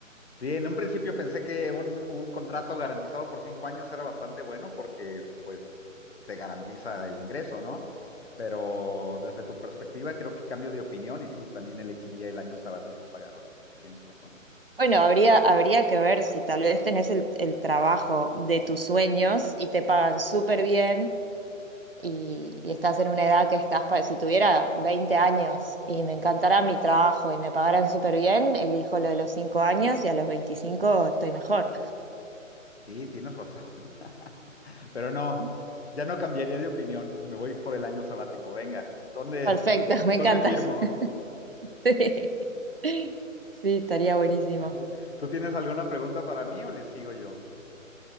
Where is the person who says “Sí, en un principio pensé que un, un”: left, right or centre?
Left